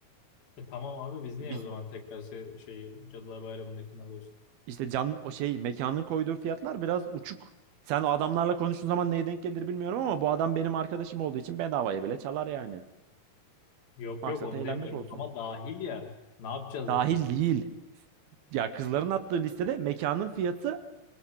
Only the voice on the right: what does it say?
Biz
işte can o şey mekanın koyduğu fiyatlar biraz uçuk. Sen o adamlarla konuştuğun zaman neye denk gelir bilmiyorum ama bu adam benim arkadaşım olduğu için bedavaya bile çalar yani.
Maksat
eğlenmek
olsun.
Dahil
değil. Ya kızların attığı listede mekanın fiyatı